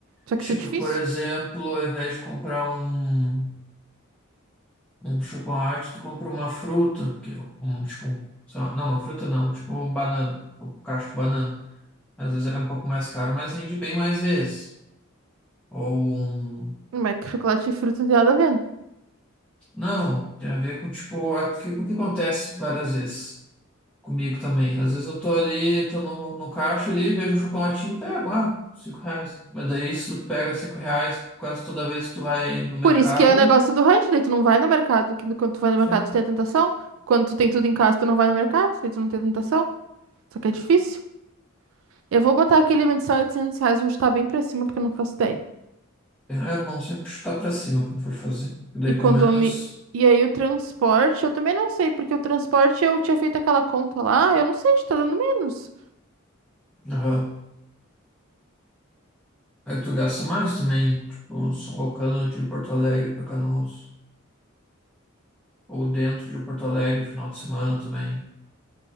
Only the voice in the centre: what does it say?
Tipo,
por exemplo, ao invés de comprar um, um chocolate, tu compra uma fruta, que é um, tipo, sei lá, não, uma fruta não, tipo uma banana, um cacho de banana. Às vezes é um pouco mais caro, mas rende bem mais vezes. Ou um...
Não, tem a ver com, tipo, é o que, o que acontece várias vezes. Comigo também. Às vezes eu tô ali, tô no, no caixa ali, vejo um chocolatinho, pego, ah, cinco reais. Mas daí se tu pega cinco reais quase toda vez que tu vai no mercado,
sei.
É bom sempre chutar pra cima quando for fazer. Daí
pelo menos,
aham. Aí tu gasta mais também, tipo, uns locando de Porto Alegre pra Canoas. Ou dentro de Porto Alegre, final de semana também.